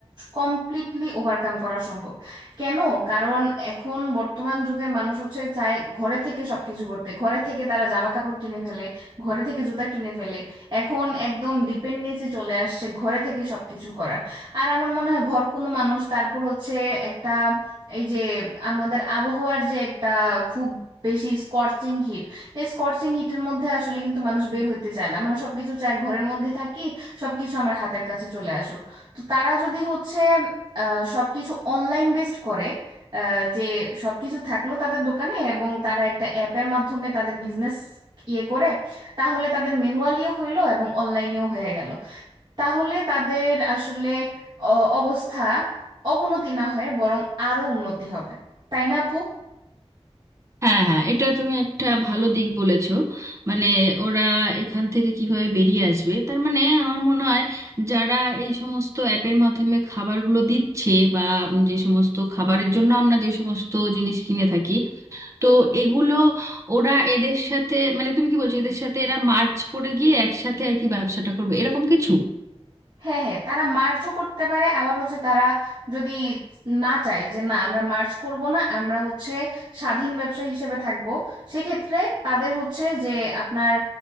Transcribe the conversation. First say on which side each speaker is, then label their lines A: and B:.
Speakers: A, on the right (about 45°); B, on the right (about 30°).
A: কমপ্লিটলি ওভারকাম করা সম্ভব কেন কারণ এখন বর্তমান যুগের মানুষ হচ্ছে চায় ঘরে থেকে সবকিছু করতে ঘরে থেকে তারা জামা কাপড় কিনে ফেলে ঘরে থেকে জুতা কিনে ফেলে এখন একদম ডিপেন্ডেন্সি চলে আসছে ঘরে থেকে সবকিছু করার আর আমার মনে হয় ঘর কোনো মানুষ তারপর হচ্ছে একটা এই যে আমাদের আবহাওয়ার যে একটা খুব বেশি স্কর্চিং হিট এই স্কর্চিং হিটের মধ্যে আসলে কিন্তু মানুষ বের হইতে চায় না মানে সবকিছু চায় ঘরের মধ্যে থাকি সবকিছু আমার হাতের কাছে চলে আসুক তো তারা যদি হচ্ছে আহ, সবকিছু অনলাইন বেসড করে আহ, যে সবকিছু থাকলো তাদের দোকানে এবং তারা একটা অ্যাপের মাধ্যমে তাদের বিজনেস ইয়ে করে তাহলে তাদের ম্যানুয়ালিও হইলো এবং অনলাইনেও হয়ে গেল তাহলে তাদের আসলে অ- অবস্থা অবনতি না হয়ে বরং আরো উন্নতি হবে তাই না আপু
B: হ্যাঁ হ্যাঁ এটা তুমি একটা ভালো দিক বলেছো মানে ওরা এখান থেকে কিভাবে বেরিয়ে আসবে তার মানে আমার মনে হয় যারা এই সমস্ত অ্যাপের মাধ্যমে খাবারগুলো দিচ্ছে বা উম যে সমস্ত খাবারের জন্য আমরা যে সমস্ত জিনিস কিনে থাকি তো এগুলো ওরা এদের সাথে মানে তুমি কি বলছো এদের সাথে এরা মার্চ করে গিয়ে একসাথে আর কি ব্যবসাটা করবে এরকম কিছু
A: হ্যাঁ হ্যাঁ তারা মার্চও করতে পারে আবার হচ্ছে তারা যদি না চায় যে না আমরা মার্চ করব না আমরা হচ্ছে স্বাধীন ব্যবসায়ী হিসেবে থাকব সেক্ষেত্রে তাদের হচ্ছে যে আপনার